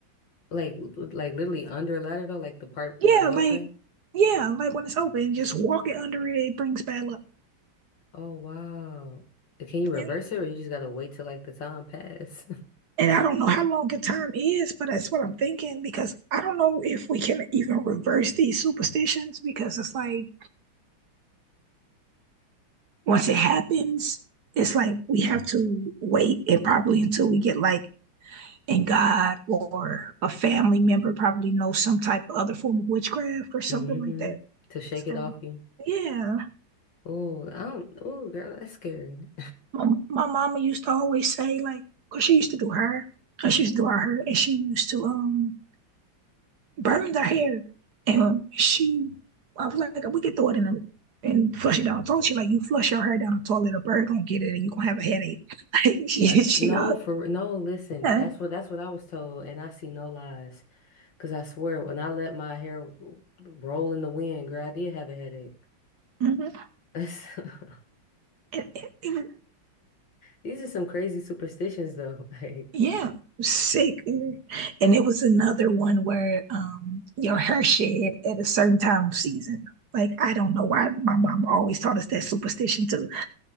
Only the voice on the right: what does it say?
Yeah,
like yeah, like when it's open, just walking under it, it brings bad luck.
Yeah.
And I don't know how long a time is, but that's what I'm thinking because I don't know if we can even reverse these superstitions because it's like once it happens, it's like we have to wait and probably until we get like in God or a family member probably knows some type of other form of witchcraft or something
like that.
So
yeah,
my, my mama used to always say like because she used to do her, she used to do her, and she used to um burns her hair, and she, I was like, we could throw it in a, and flush it down the toilet. She like, you flush your hair down the toilet, a bird gonna get it, and you gonna have a headache. <laughs> she,
she,
all,
yeah,
mhm.
It- it- it was-
yeah, it was sick. And it was another one where um your hair shed at a certain time of season. Like I don't know why my mom always taught us that superstition too. <laughs>